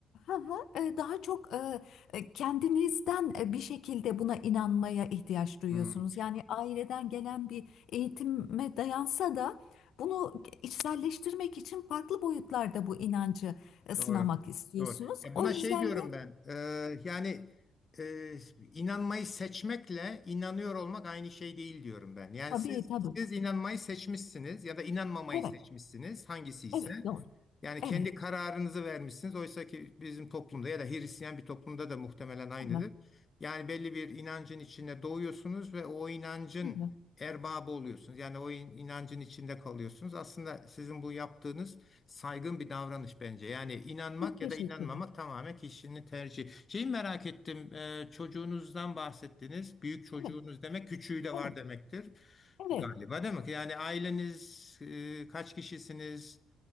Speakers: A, on the left; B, on the left.
A: Hı hı, e, Daha çok e, e, kendinizden e, bir şekilde buna inanmaya ihtiyaç duyuyorsunuz.
B: Hmm,
A: Yani aileden gelen bir eğitime dayansa da bunu içselleştirmek için farklı boyutlarda bu inancı e,
B: doğru.
A: sınamak istiyorsunuz.
B: Doğru. Ya
A: O
B: buna
A: yüzden
B: şey diyorum
A: de
B: ben. e, yani e, inanmayı seçmekle inanıyor olmak aynı şey değil diyorum ben. Yani
A: tabii
B: siz
A: tabii.
B: siz inanmayı seçmişsiniz ya da inanmamayı
A: Evet,
B: seçmişsiniz hangisi ise.
A: evet doğru.
B: Yani
A: Evet.
B: kendi kararınızı vermişsiniz. Oysa ki bizim toplumda ya da Hristiyan bir toplumda da muhtemelen aynıdır.
A: Hı hı,
B: Yani belli bir inancın içine doğuyorsunuz ve o inancın
A: hı hı.
B: erbabı oluyorsunuz. Yani o in- inancın içinde kalıyorsunuz. Aslında sizin bu yaptığınız saygın bir davranış bence. Yani inanmak
A: Çok
B: ya
A: teşekkürler.
B: da inanmamak tamamen kişinin tercihi. Şeyi merak ettim. e, çocuğunuzdan bahsettiniz. Büyük çocuğunuz
A: Evet,
B: demek küçüğü de
A: evet,
B: var demektir.
A: evet.
B: Galiba değil mi? Yani aileniz e, kaç kişisiniz?